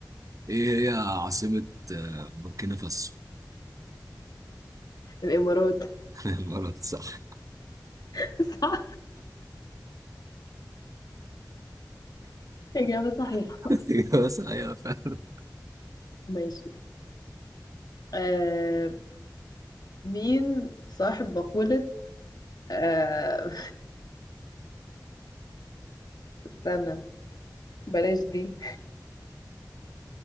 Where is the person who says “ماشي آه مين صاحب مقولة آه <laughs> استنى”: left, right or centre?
Left